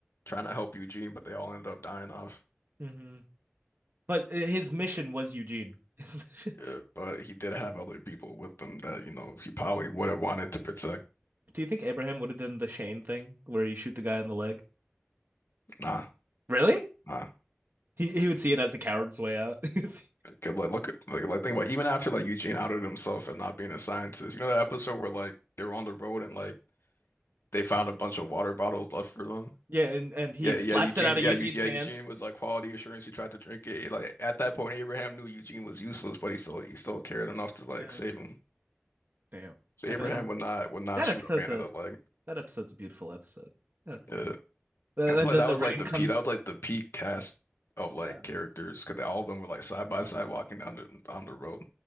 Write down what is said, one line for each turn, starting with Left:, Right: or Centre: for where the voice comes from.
Left: trying to help Eugene, but they all ended up dying off.
Right: Mhm. But uh, his mission was Eugene. His mission-
Left: Yeah, but he did have other people with him that, you know, he probably would have wanted to protect.
Right: <laughs> Do you think Abraham would have done the Shane thing where you shoot the guy in the leg?
Left: Nah,
Right: Really?
Left: nah.
Right: He he would see it as the coward's way out. <laughs>
Left: 'Cause, like, look at, like, like, think about even after, like, Eugene outed himself and not being a scientist. You know that episode where, like, they were on the road and, like, they found a bunch of water bottles left for them?
Right: Yeah, and, and he
Left: Yeah,
Right: slaps
Left: yeah, Eugene,
Right: it out
Left: yeah,
Right: of Eugene's
Left: Eug yeah,
Right: hands.
Left: Eugene was, like, quality assurance. He tried to drink it. Like, at that point, Abraham knew Eugene was useless, but he still, he still cared enough to, like,
Right: Yeah.
Left: save him.
Right: Damn.
Left: So
Right: And
Left: Abraham
Right: then
Left: would not, would not
Right: that
Left: shoot
Right: episode's
Left: a man
Right: a
Left: in the leg.
Right: That episode's a beautiful episode. That episode.
Left: Yeah.
Right: Uh,
Left: I
Right: and
Left: feel like
Right: then
Left: that
Right: the
Left: was
Right: rain
Left: like the
Right: comes.
Left: peak. That was like the peak cast of like
Right: Yeah.
Left: characters because all of them were like side by side walking down the on the road.